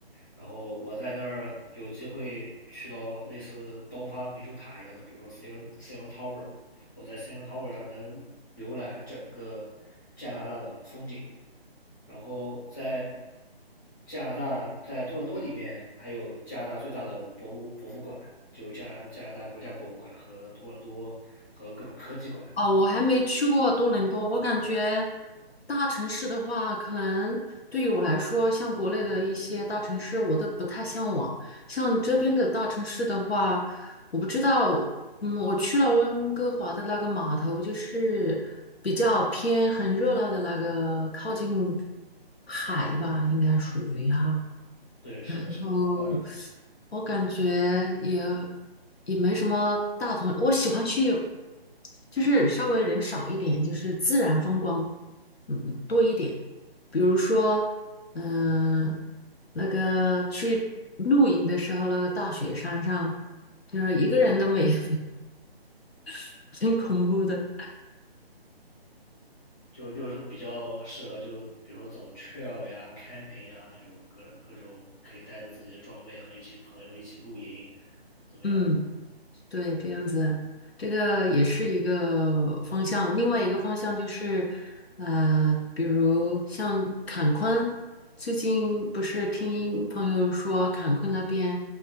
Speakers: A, on the left; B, on the left.
A: 然后我在那儿有机会去到类似东方明珠塔一样的，比如说 CN CN Tower，我在 CN Tower 上能浏览整个加拿大的风景。然后在加拿大，在多伦多里面还有加拿大最大的博物博物馆，就加加拿大国家博物馆和多伦多和各种科技馆。
B: 哦，我还没去过多伦多，我感觉大城市的话，可能对于我来说，像国内的一些大城市，我都不太向往。像这边的大城市的话，我不知道，嗯，我去了温哥华的那个码头，就是比较偏很热闹的那个，靠近海吧，应该属于哈。
A: 对，是的，
B: 然后
A: 是的，温哥华是科技。
B: 我感觉也也没什么大同，我喜欢去就是稍微人少一点，就是自然风光，嗯嗯多一点。比如说，嗯、那个去露营的时候，那个大雪山上，就是一个人都没有，<laughs> 很恐怖的。
A: 就就是比较适合就比如说走 trail 呀、camping 呀，有各各种可以带着自己的装备和一些朋友一起露营，怎么样的？
B: 嗯。对，
A: 对
B: 这样子，这个也是一个方向。另外一个方向就是，呃，比如像坎昆，最近不是听朋友说坎昆那边，